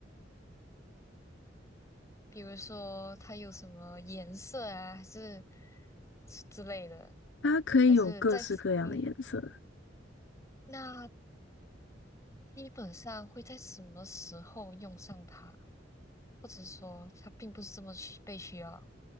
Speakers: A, on the left; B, on the left.
A: <laughs> 比如说它有什么颜色啊，还是之之类的，
B: 它可以有各式各样的颜色。
A: 还是在，嗯。那基本上会在什么时候用上它，或者说它并不是这么需被需要。